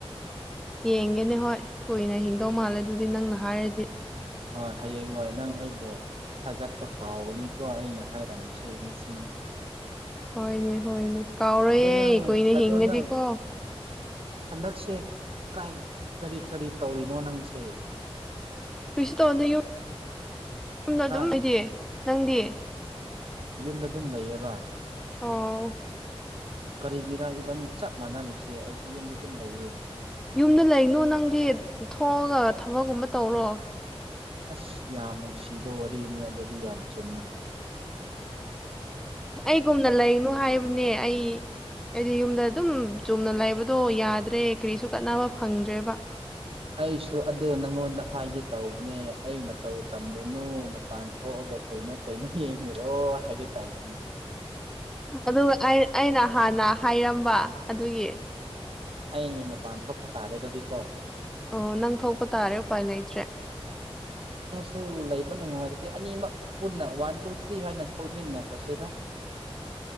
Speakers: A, in the centre; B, on the right.
A: ꯌꯦꯡꯒꯦꯅꯦ ꯍꯣꯏ ꯀꯨꯏꯅ ꯍꯤꯡꯗꯧ ꯃꯥꯜꯂꯦ ꯑꯗꯨꯗꯤ ꯅꯪꯅ ꯍꯥꯏꯔꯗꯤ
B: ꯍꯣꯏ ꯍꯌꯦꯡ ꯋꯥꯏ ꯅꯪ ꯑꯩꯕꯨꯣ ꯊꯥꯒꯠꯄ ꯀꯥꯎꯒꯅꯤꯀꯣ ꯑꯩꯅ ꯍꯥꯏꯔꯝꯃꯤꯁꯦ ꯅꯤꯡꯁꯤꯡꯅ
A: ꯍꯣꯏꯅꯦ ꯍꯣꯏꯅꯦ ꯀꯥꯎꯔꯣꯏꯌꯦꯦ
B: ꯅꯪ
A: ꯀꯨꯏꯅ
B: ꯑꯗꯣ
A: ꯍꯤꯡꯉꯗꯤꯀꯣ
B: ꯅꯪ ꯍꯟꯗꯛꯁꯦ ꯀꯥꯏ ꯀꯔꯤ ꯀꯔꯤ ꯇꯧꯔꯤꯅꯣ ꯅꯪꯁꯦ
A: ꯀꯩꯁꯨ ꯇꯧꯗ ꯌꯨꯝ ꯌ ꯑꯗꯨꯝ
B: ꯍꯥ
A: ꯑꯣꯏꯗꯤꯦ ꯅꯪꯗꯤ
B: ꯌꯨꯝꯗ ꯑꯗꯨꯝ ꯂꯩꯌꯦꯕ
A: ꯑꯣ
B: ꯀꯔꯤꯒꯤꯔꯥ ꯏꯕꯥꯅꯤ ꯆꯞ ꯃꯥꯟꯅꯔꯤꯁꯦ ꯑꯩꯁꯨ ꯌꯨꯝꯗ ꯑꯗꯨꯝ ꯂꯩꯌꯦ
A: ꯌꯨꯝꯗ ꯂꯩꯅꯨ ꯅꯪꯗꯤ ꯊꯣꯛꯑꯒ ꯊꯕꯛꯀꯨꯝꯕ ꯇꯧꯔꯣ
B: ꯑꯁ ꯌꯥꯝ ꯅꯨꯡꯁꯤꯕ ꯋꯥꯔꯤꯅꯤ ꯑꯗꯨꯗꯤ ꯌꯥꯝ ꯆꯨꯝꯃꯦ
A: ꯑꯩꯒꯨꯝꯅ ꯂꯩꯅꯨ ꯍꯥꯏꯕꯅꯦ ꯑꯩ ꯑꯩꯗꯤ ꯌꯨꯝꯗ ꯑꯗꯨꯝ ꯆꯨꯝꯅ ꯂꯩꯕꯗꯣ ꯌꯥꯗ꯭ꯔꯦ ꯀꯔꯤꯁꯨ ꯀꯥꯟꯅꯕ ꯐꯪꯗ꯭ꯔꯦꯕ
B: ꯑꯩꯁꯨ ꯑꯗꯨꯗꯣ ꯅꯪꯉꯣꯟꯗ ꯍꯥꯏꯒꯦ ꯇꯧꯕꯅꯦ ꯑꯩ ꯃꯇꯧ ꯇꯝꯂꯨꯅꯨ ꯄꯥꯟ ꯊꯣꯛꯣꯛꯑꯒ ꯀꯩꯅꯣ ꯀꯩꯅꯣ ꯌꯦꯡꯉꯑꯣ ꯍꯥꯏꯒꯦ ꯇꯧꯕꯅꯦ
A: ꯑꯗꯨꯒ ꯑꯩꯅ ꯍꯥꯟꯅ ꯍꯥꯏꯔꯝꯕ ꯑꯗꯨꯒꯤ
B: ꯑꯩ ꯃꯄꯥꯟ ꯊꯣꯛꯄ ꯇꯥꯔꯦꯗꯗꯤꯀꯣ
A: ꯑꯣ ꯅꯪ ꯊꯣꯛꯄ ꯇꯥꯔꯦ ꯎꯄꯥꯏ ꯂꯩꯇ꯭ꯔꯦ
B: ꯊꯨ ꯂꯩꯕ ꯅꯨꯡꯉꯥꯏꯔꯗꯤ ꯑꯅꯤꯃꯛ ꯄꯨꯟꯅ ꯋꯥꯟ ꯇꯨ ꯊ꯭ꯔꯤ ꯍꯥꯏꯅ ꯊꯣꯛꯃꯤꯟꯅ ꯀ꯭ꯔꯁꯤꯗ